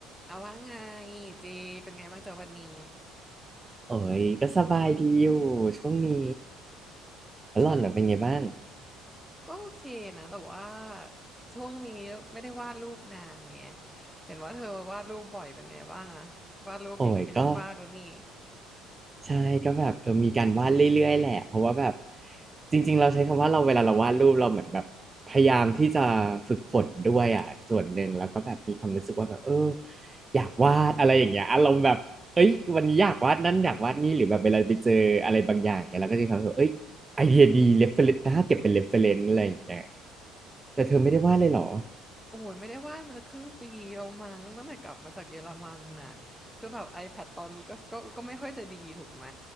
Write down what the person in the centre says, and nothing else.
เอาว่าไงเจเป็นไงบ้างจากวันนี้
ช่วงนี้ก็โอเคนะแต่ว่าช่วงนี้ไม่ได้วาดรูปนานไงเห็นว่าเธอวาดรูปบ่อยเป็นไงบ้างอะวาดรูปเก่งขึ้นมากแล้วนี่
โอ้ยไม่ได้วาดมันจะครึ่งปีแล้วมั้งตั้งแต่กลับมาจากเยอรมันน่ะคือแบบ iPad ตอนนี้ก็ก็ก็ไม่ค่อยจะดีถูกไหม